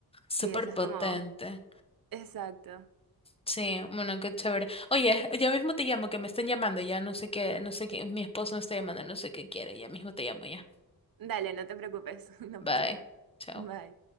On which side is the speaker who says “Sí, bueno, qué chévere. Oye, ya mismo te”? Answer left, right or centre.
Left